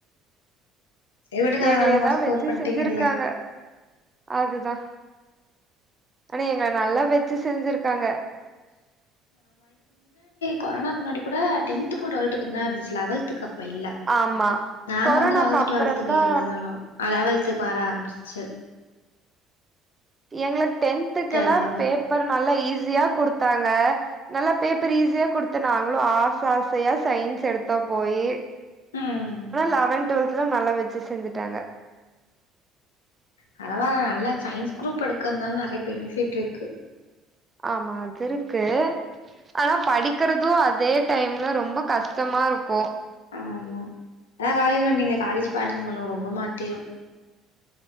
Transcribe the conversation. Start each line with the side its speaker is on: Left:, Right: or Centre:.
Left: சரி விடுங்க
Right: எங்ளே
Left: நல்ல மார்க்
Right: தா
Left: ஸ்கோர்
Right: வெச்சு
Left: பண்ட்டீங்கல்ல
Right: செஞ்சிருக்காங்க அதுதா ஆனா எங்கள நல்லா வெச்சி செஞ்சிருக்காங்க
Left: கொரோனா முன்னாடி கூட டென்த்கு ட்வெல்துக்கு தா இருந்துச்சு லவல்துக் ப்ப இல்ல
Right: ஆமா
Left: நாங்க
Right: கொரோனாக்கு
Left: வந்து லவல்த்
Right: அப்புறந்தா
Left: டுவல்த்துக்கு எழுதனு அ லவல்து வர ஆரம்ச்சிச்சு
Right: எங்களுக் டென்துக்குலாம்
Left: எழுதனோம்.
Right: பேப்பர் நல்லா ஈஸியா குடுத்தாங்க நல்லா பேப்பர் ஈஸியாக் குடுத்து நாங்களும் ஆச ஆசையா சயின்ஸ் எடுத்தோ போயி
Left: ம்.
Right: லவன் டுவல்த் து நல்லா வெச்சு செஞ்சுட்டாங்க
Left: பரவால நல்ல சயின்ஸ் குரூப் எடுக்கறதுநால நறைய பெனிஃபிட் இருக்கு.
Right: ஆமா அது இருக்கு ஆனா படிக்கறதும் அதே டைம்ல ரொம்ப கஷ்டமா இருக்கோ
Left: ஆமா அதான் காலேஜ் வந்திங்களே காலேஜ் பாருங்க உங்கள ரொம்ப மாத்திரு